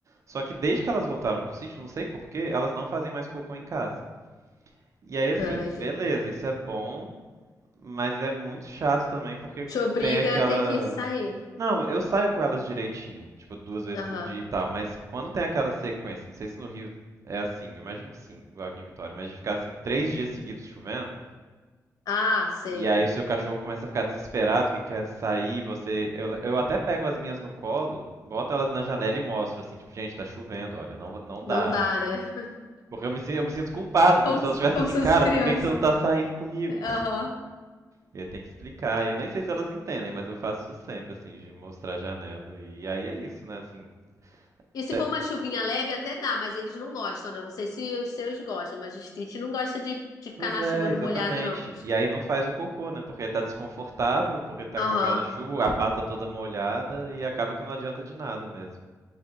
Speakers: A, on the right; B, on the left.
A: Só que desde que elas voltaram do sítio, não sei porquê, elas não fazem mais cocô em casa. E aí, assim,
B: Ah, entendi.
A: beleza, isso é bom, mas é muito chato também porque
B: Te obriga
A: tem aquelas.
B: a ter que sair.
A: Não, eu saio com elas direitinho, tipo duas vezes
B: Aham.
A: por dia e tal, mas quando tem aquela sequência, não sei se no Rio é assim, imagino que sim, igual aqui em Vitória, mas de ficar assim três dias seguidos chovendo,
B: Ah, sei.
A: e aí o seu cachorro começa a ficar desesperado, que quer sair, você. Eu, eu até pego as minhas no colo, boto elas na janela e mostro, assim, tipo, gente, tá chovendo, olha, não, não dá.
B: Não dá, né?
A: Porque eu me, sin- eu me sinto culpado, como
B: Como,
A: se elas estivessem
B: como
A: assim,
B: se
A: cara,
B: fosse criança.
A: por que que você não tá saindo comigo?
B: Aham.
A: E aí tem que explicar. Eu nem sei se elas entendem, mas eu faço isso sempre, assim, de mostrar a janela. E aí é isso, né? Assim,
B: E
A: até-
B: se for uma chuvinha leve, até dá, mas eles não gostam, né? Eu Não sei se os seus gostam, mas o Stitch não gosta de, de ficar
A: Pois
B: na
A: é,
B: chuva no
A: exatamente.
B: molhado, não.
A: E aí não faz o cocô, né? Porque tá desconfortável, porque tá
B: Aham,
A: com aquela chuva, a pata toda molhada e acaba que não adianta de nada mesmo.